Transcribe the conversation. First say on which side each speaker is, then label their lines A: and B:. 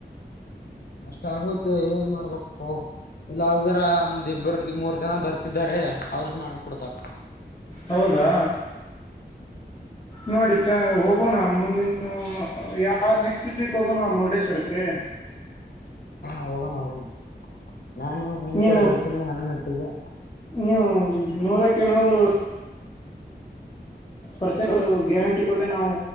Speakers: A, on the left (about 60°); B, on the left (about 25°).
A: ಅಷ್ಟ ಆಗುತ್ತೆ ಏನ್ ಮಾಡ್ಬೇಕಕ್ಪ್ಪೋ. ಇಲ್ಲ ಅ್ರ ಒಂದ್ ಇಬ್ಬರು ಮೂರ್ ಜನ ಬರ್ತಿದ್ದಾರೆ. ಅವ್ರ ಮಾಡ್ಕೊಡ್ತಾರ
B: ಹೌದಾ ನೋಡಿ ಚ ಹೋಗ. ಹೋಗೋಣ ಮುಂದಿನ ಯಾವ ನೆಕ್ಸ್ಟ್ ವೀಕ್ ಹೋಗೋಣ ಮುರುಡೇಶ್ವರಕ್ಕೆ <unintelligible>
A: ಹಾ ಹೋಗೋಣ ಹೋಗೋಣ ನಾನು ನಿಮ್
B: ನೀವು
A: ಕಡೆ ಬರ್ತೇನಿ ಹನಮಹಟ್ಟಿಗೆ
B: ನೀವು ನೂರಕ್ಕೆ ನೂರು ಪರ್ಸೆಂಟ್ ಗ್ಯಾರಂಟಿ ಕೊಟ್ಟು ನಾವು